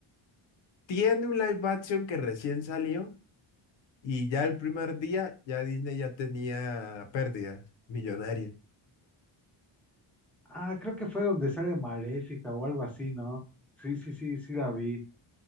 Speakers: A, on the left; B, in the centre.
A: tiene un live action que recién salió y ya el primer día ya Disney ya tenía pérdidas millonarias.
B: Ah, creo que fue donde sale Maléfica o algo así, ¿no? Sí, sí, sí, sí la vi,